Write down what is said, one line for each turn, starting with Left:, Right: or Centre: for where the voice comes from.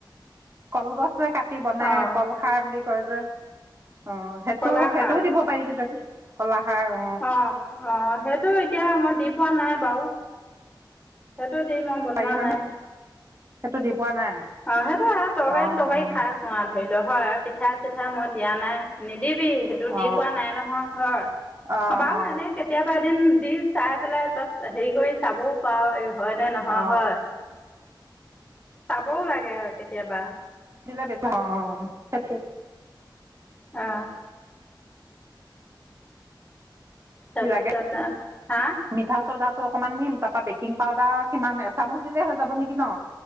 Right: কলগছ যে কাটি বনাই
Left: অঁ
Right: কল? সাৰ বুলি কয় যে, অ' সেইটো
Left: কলাখাৰ
Right: সেইটোও দিব পাৰি কি যানি কলা সাৰ অ'।
Left: অঁ, অঁ সেইটো এতিয়া মই দি পোৱা নাই বাৰু। সেইটো দি মই বনোৱা
Right: পাৰি হয়নে
Left: নাই।
Right: সেইটো দি পোৱা নাই।
Left: অ' সেইটো আৰু তৰকাৰী
Right: অ
Left: তৰকাৰী
Right: অ
Left: খাই। নোৱাৰ ধৰি ল, হয়, পিঠা চিঠাত দিয়া নাই নিদিবি। সেইটো দি
Right: অ
Left: পোৱা নাই নহয় হয়,
Right: অ
Left: বাৰু
Right: অ
Left: এনেই কেতি কেতিয়াবা এদিন দি চাই পেলাই তাত হেৰি কৰি চাবওঁ পাৰ এই হয়নে নহয়
Right: অ
Left: হয়। চাবওঁ লাগে আৰু কেতিয়াবা।
Right: িল <unintelligible> বেছ অ স
Left: অ'। তাৰপিছত
Right: কি লাগে
Left: আৰু, হা'?
Right: মিঠা ছ'ডাটো অকণমান দিম, তাৰপা বেকিং পাউদাৰ কিমান এচামুচ দিলেই হৈ যাব নেকি ন?